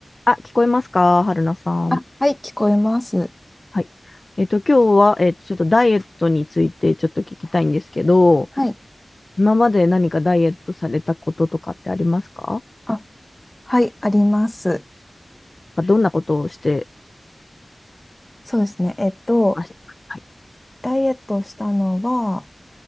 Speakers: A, on the left; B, on the left.
A: あ、聞こえますか、春菜さん。
B: あ、はい、聞こえます。
A: はい。えっと、今日は、えっと、ちょっとダイエットについてちょっと聞きたいんですけど、
B: はい。
A: 今まで何かダイエットされたこととかってありますか
B: あ、はい、あります。
A: なんかどんなことをして
B: そうですね。えっと、
A: ましたかはい。
B: ダイエットしたのは、